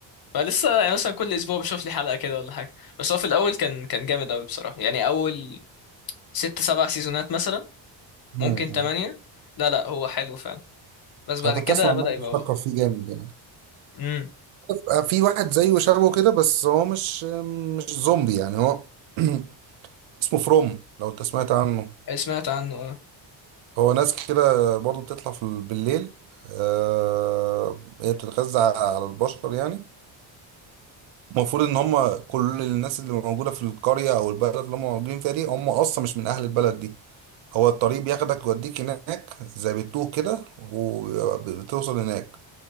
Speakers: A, on the left (about 45°); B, on the right (about 70°).
A: فلسه يعني مثلا كل اسبوع بشوف لي حلقه كده ولا حاجه بس هو في الاول كان كان جامد قوي بصراحه يعني اول ست سبع سيزونات مثلا ممكن
B: امم
A: تمانية لا لا هو حلو فعلا بس بعد
B: أنا كنت
A: كده
B: أسمع
A: بدأ
B: الناس بتشكر
A: يبقى هو
B: فيه جامد يعني
A: امم
B: عارف آه، في واحد زيه شبهه كده بس هو مش مش زومبي يعني هو <clears throat> اسمه فروم لو أنت سمعت عنه
A: سمعت عنه اه
B: هو ناس كده برضو بتطلع في ال- بالليل آه هي بتتغذى على البشر يعني المفروض ان هم كل الناس اللي موجوده في القريه او البلد اللي هم موجودين فيها دي هم اصلا مش من اهل البلد دي هو الطريق بياخدك يوديك هناك زي بتوه كده وبتوصل هناك